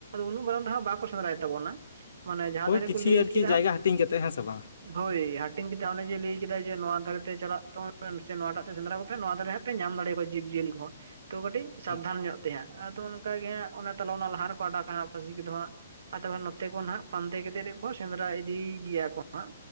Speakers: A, on the right; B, on the left.
A: ᱩᱱᱟᱹᱜ ᱢᱟᱨᱟᱝ ᱫᱚ ᱦᱟᱸᱜ ᱵᱟᱠᱚ ᱥᱮᱸᱫᱽᱨᱟᱭ ᱛᱟᱵᱚᱱᱟ ᱾ ᱢᱟᱱᱮ ᱡᱟᱦᱟᱸ
B: ᱦᱳᱭ
A: ᱫᱷᱟᱨᱮ
B: ᱠᱤᱪᱷᱤ
A: ᱠᱚ ᱞᱟᱹᱭ
B: ᱟᱨᱠᱤ
A: ᱠᱮᱫᱟ
B: ᱡᱟᱭᱜᱟ ᱦᱟᱹᱴᱤᱧ ᱠᱟᱛᱮᱜ ᱦᱮᱸ ᱥᱮ ᱵᱟᱝ
A: ᱦᱟᱸᱜ ᱦᱳᱭ ᱾ ᱦᱟᱹᱴᱤᱧ ᱠᱮᱫᱟᱭ ᱮ ᱡᱮ ᱞᱟᱹᱭ ᱠᱮᱫᱟᱭ ᱡᱮ ᱱᱚᱣᱟ ᱫᱷᱟᱨᱮ ᱛᱮ ᱪᱟᱞᱟᱜ ᱛᱟᱵᱚᱱ ᱥᱮ ᱱᱚᱣᱟ ᱴᱟᱜ ᱛᱮ ᱥᱮᱸᱫᱽᱨᱟ ᱠᱚᱯᱮ ᱱᱚᱣᱟ ᱫᱷᱟᱨᱮ ᱦᱟᱸᱜ ᱯᱮ ᱧᱟᱢ ᱫᱟᱲᱮᱭᱟ ᱠᱚᱣᱟ ᱡᱤᱵᱽ ᱡᱤᱭᱟᱹᱞᱤ ᱠᱚ ᱾ ᱛᱚ ᱠᱟᱹᱴᱤᱡ
B: ᱦᱮᱸ
A: ᱥᱟᱵᱫᱷᱟᱱ ᱧᱚᱜ ᱛᱮ ᱦᱟᱸᱜ, ᱟᱫᱚ ᱚᱱᱠᱟ ᱜᱮ ᱦᱟᱸᱜ ᱛᱟᱦᱞᱮ ᱚᱱᱟ ᱞᱟᱦᱟ ᱨᱮᱠᱚ ᱟᱰᱟᱣ ᱠᱟᱜ ᱦᱟᱸᱜ ᱯᱟᱹᱥᱤ ᱠᱚ ᱦᱟᱸᱜ ᱾ ᱟᱫᱚ ᱱᱚᱛᱮ ᱠᱷᱚᱱ ᱦᱟᱸᱜ ᱯᱟᱱᱛᱮ ᱠᱟᱛᱮ ᱜᱮ ᱠᱚ ᱥᱮᱸᱫᱽᱨᱟ ᱤᱫᱤᱭ ᱜᱮᱭᱟ ᱠᱚ ᱦᱟᱸᱜ